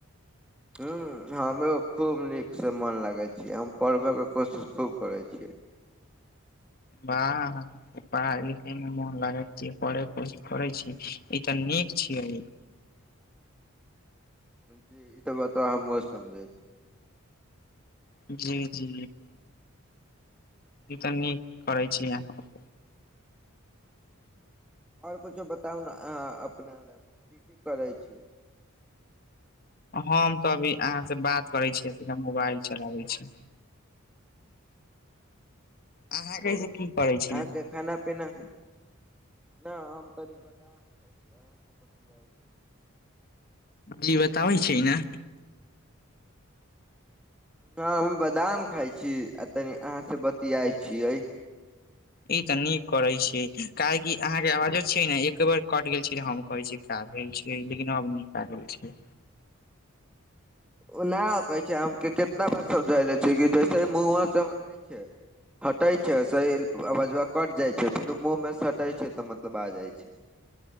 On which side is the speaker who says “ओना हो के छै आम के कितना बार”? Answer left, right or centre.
Centre